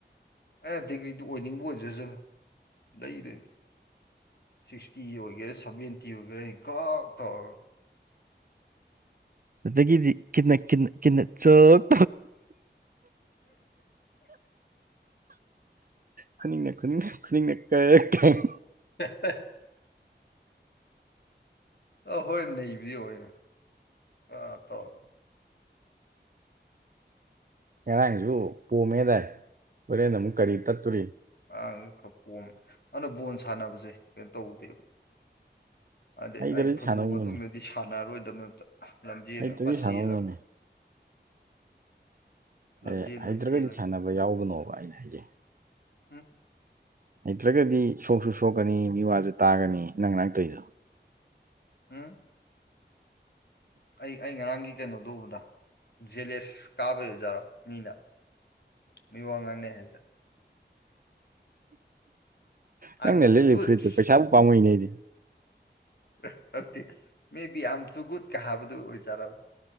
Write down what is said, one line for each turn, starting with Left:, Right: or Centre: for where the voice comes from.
Left: ꯑꯦ ꯗꯤꯒ꯭ꯔꯤꯗꯨ ꯑꯣꯏꯅꯤꯡꯕ ꯑꯣꯏꯖꯁꯅꯨ ꯂꯩꯗꯣꯏꯅꯤ ꯁꯤꯛꯁꯇꯤ ꯑꯣꯏꯒꯦꯔꯥ ꯁꯚꯦꯟꯇꯤ ꯑꯣꯏꯒꯦꯔꯥ ꯍꯀꯛ ꯇꯧꯔꯒ
Right: ꯑꯗꯨꯗꯒꯤꯗꯤ ꯀꯤꯟ <inaudible> ꯅ ꯀ ꯀꯤ ꯆꯣꯛ ꯈꯨꯅꯤꯡꯅ ꯈꯨꯅꯤꯡꯅ ꯈꯨꯅꯤꯡꯅ ꯀꯥꯛ ꯀꯥꯛ
Left: <inaudible> ꯑ ꯍꯣꯏ ꯅꯩꯕꯗꯤ ꯌꯦꯡꯉꯣ ꯑꯩꯅ ꯑꯥ ꯇꯧ
Right: ꯉꯔꯥꯡꯁꯨ ꯄꯣꯝꯃꯦꯗꯥꯏ ꯍꯣꯔꯦꯟ ꯑꯃꯨꯛ ꯀꯔꯤ ꯇꯠꯇꯣꯔꯤ
Left: ꯑ ꯈꯔ ꯄꯣꯝ ꯑꯗꯨꯅ ꯕꯣꯜ ꯁꯥꯟꯅꯕꯁꯦ ꯀꯩꯅꯣ ꯇꯧꯗꯦꯕ ꯍꯥꯏꯗꯤ
Right: ꯍꯩꯇ꯭ꯔꯗꯤ
Left: ꯑꯩ ꯐꯨꯠꯕꯣꯜ
Right: ꯁꯥꯟꯅꯧꯅꯨꯅꯦ
Left: ꯃꯇꯨꯡꯗꯗꯤ ꯁꯥꯟꯅꯔꯔꯣꯏꯗꯕꯅꯦ ꯑꯝꯇ ꯂꯝꯖꯦꯜꯅ
Right: ꯍꯩꯇ꯭ꯔꯗꯤ
Left: ꯐꯖꯟꯅ ꯆꯦꯜꯂꯕ
Right: ꯁꯥꯟꯅꯧꯅꯨꯅꯦ
Left: ꯂꯝꯖꯦꯜ
Right: ꯑꯦ ꯍꯩꯇ꯭ꯔꯒꯗꯤ
Left: ꯑꯣꯏꯅ ꯆꯦꯜꯂꯒꯦ
Right: ꯁꯥꯟꯅꯕ ꯌꯥꯎꯒꯅꯣꯕ ꯑꯩꯅ ꯍꯥꯏꯖꯩ
Left: ꯎꯝ
Right: ꯍꯩꯇ꯭ꯔꯒꯗꯤ ꯁꯣꯛꯁꯨ ꯁꯣꯛꯀꯅꯤ ꯃꯤ ꯋꯥꯁꯨ ꯇꯥꯒꯅꯤ ꯅꯪ ꯉꯔꯥꯡꯇꯧꯏꯗꯣ
Left: ꯎꯝ ꯑꯩ ꯑꯩ ꯉꯔꯥꯡꯒꯤ ꯀꯩꯅꯣꯗꯣ ꯎꯧꯕꯗ ꯖꯦꯂꯦꯁ ꯀꯥꯕꯒꯤ ꯑꯣꯏꯖꯔꯣ ꯃꯤꯅ ꯃꯤ ꯋꯥꯡ ꯉꯥꯡꯅꯦ ꯍꯥꯏꯁꯦ ꯑꯥꯏ
Right: ꯅꯪꯅ
Left: ꯑꯦꯝ
Right: ꯂꯤꯠꯂꯤ
Left: ꯇꯨ ꯒꯨꯗ
Right: ꯐꯨꯔꯤꯠꯇꯨ ꯄꯩꯁꯥꯕꯨ ꯄꯥꯝꯃꯨꯏꯅꯦ ꯑꯩꯗꯤ
Left: <unintelligible> ꯃꯦ ꯕꯤ ꯑꯌꯝ ꯆꯨꯒꯨꯠꯀ ꯍꯥꯕꯗꯨ ꯑꯣꯏꯖꯔꯕ